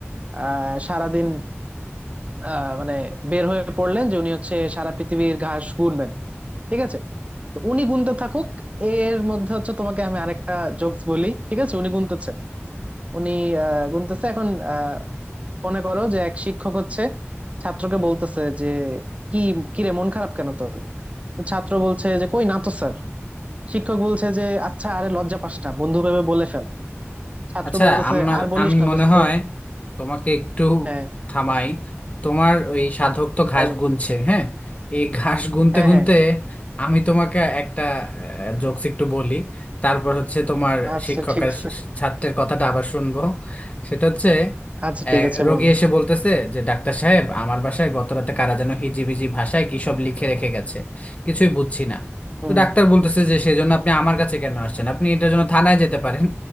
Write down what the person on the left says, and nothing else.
আচ্ছা
আমার
আমি
মনে
হয় তোমাকে একটু
থামাই তোমার ওই সাধক তো ঘাস
গুনছে হ্যাঁ এই ঘাস গুনতে
গুনতে
আমি তোমাকে একটা জোকস একটু বলি তারপর হচ্ছে তোমার
শিক্ষক
আর
শ- ছাত্রের কথাটা আবার শুনবো সেটা হচ্ছে
আহ,
রোগী
এসে বলতেছে যে ডাক্তার সাহেব আমার বাসায় গত রাতে কারা যেন হিজিবিজি ভাষায় কি সব লিখে রেখে গেছে কিছুই বুঝছি না
তো ডাক্তার বলতেছে যে সেজন্য আপনি আমার কাছে কেন আসছেন আপনি এটার জন্য থানায় যেতে পারেন